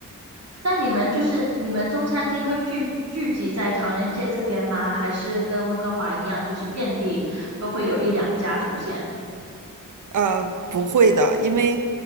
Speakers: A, on the right; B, on the right.
A: 但你们就是你们中餐厅会聚聚集在唐人街这边吗？还是跟温哥华一样，就是遍地都会有一两家出现？
B: 呃，不会的，因为